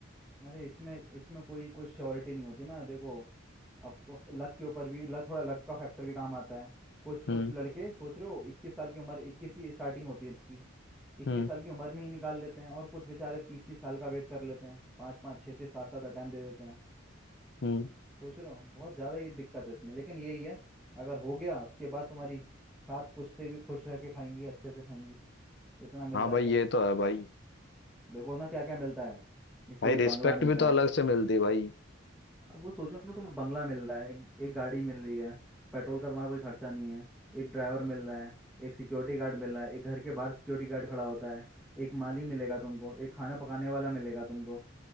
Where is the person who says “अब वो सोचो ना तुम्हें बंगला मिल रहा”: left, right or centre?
Centre